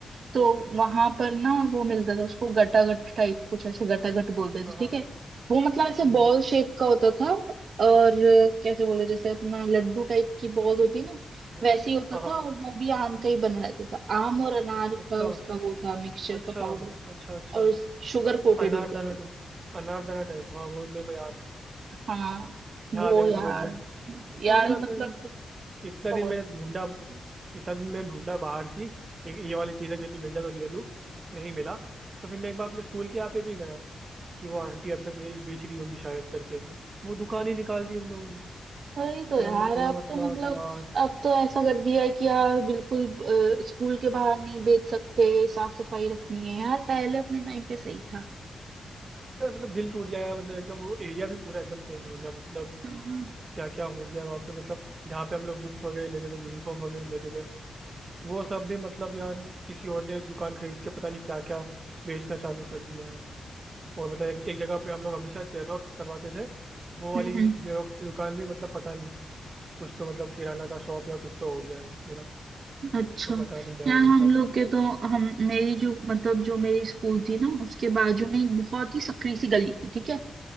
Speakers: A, on the right; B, on the right.
A: तो वहां पर ना वो मिलता था उसको गटागट टाइप कुछ ऐसे गटागट बोलते थे
B: हाँ हाँ
A: ठीक है
B: हाँ
A: वो मतलब ऐसे
B: हम्म, हम्म,
A: बॉल शेप का होता था और कैसे बोले जैसे अपना लड्डू टाइप की बॉल होती ना
B: हम्म,
A: वैसे ही होता
B: हाँ हाँ
A: था और वो भी आम का ही बना रहता था आम और अनार
B: अच्छा
A: का उसका वो था मिक्सचर
B: अच्छा
A: का पाउडर
B: अच्छा अच्छा
A: और शुगर कोटेड
B: अनारदाना
A: होते थे
B: टाइप अनारदाना टाइप हाँ वो मेरे को याद है
A: हाँ
B: याद
A: वो
B: है मैं
A: यार
B: समझ गया
A: यार
B: और यार
A: मतलब
B: मैंने मतलब इतना
A: बहुत
B: दिन मैंने ढूंढा इतना दिन मैंने ढूंढा बाहर की ये, ये वाली चीज़ें कहीं पे मिल जाए तो ले लूँ नहीं मिला तो फिर मैं एक बार अपने स्कूल के यहाँ पे भी गया कि वो आंटी अब तक बे- बेच रही होगी शायद करके वो दुकान ही निकाल दी उन लोगों ने
A: वही तो
B: यार
A: यार
B: मतलब पूरा
A: अब
B: मतलब
A: तो मतलब
B: यार
A: अब तो ऐसा कर दिया है कि यार बिल्कुल अ, स्कूल के बाहर नहीं बेच सकते साफ सफाई रखनी है यार पहले अपने टाइम पे सही था
B: यार, मतलब दिल टूट गया यार मतलब एकदम वो एरिया भी पूरा एकदम चेंज हो गया मतलब
A: हाँ,
B: क्या क्या हो गया वहाँ पे मतलब जहाँ पे हम लोग बुक्स वगैरह लेते थे यूनिफॉर्म वगैरह लेते थे वो सब भी मतलब यार किसी और ने दुकान खरीद के पता नहीं क्या क्या बेचना चालू कर दिया है और मतलब एक, एक जगह पे हम लोग हमेशा जेरोक्स करवाते थे वो वाली
A: हम्म
B: जेरोक्स की दुकान भी मतलब पता नहीं कुछ तो मतलब किराना का शॉप या कुछ तो हो गया है वो पूरा
A: अच्छा
B: तो पता नहीं यार
A: यार हम
B: ये सब
A: लोग के तो हम मेरी जो मतलब जो मेरी स्कूल थी ना उसके बाजू में एक बहुत ही संकरी सी गली थी ठीक है